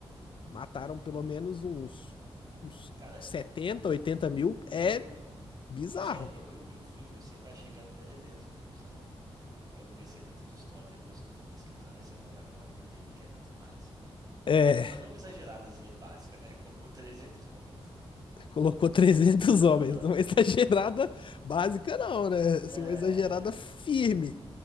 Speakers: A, on the left (about 55°); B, on the right (about 40°).
A: mataram pelo menos uns, uns
B: Cara,
A: 70 80 mil, é
B: eu vi o...
A: bizarro.
B: Pois é, eu, eu vi o filme, eu sempre achei que eram 300 mesmo, sabe? porque eu não conhecia muito de história. Depois que eu fui pesquisar e você falando agora, que eu entendi que é muito mais.
A: É,
B: O filme só deu uma exageradazinha básica, né? <laughs> Colocou 300 homens.
A: colocou 300
B: <laughs>
A: homens, uma <laughs> exagerada básica não, né?
B: É...
A: Assim, uma exagerada firme.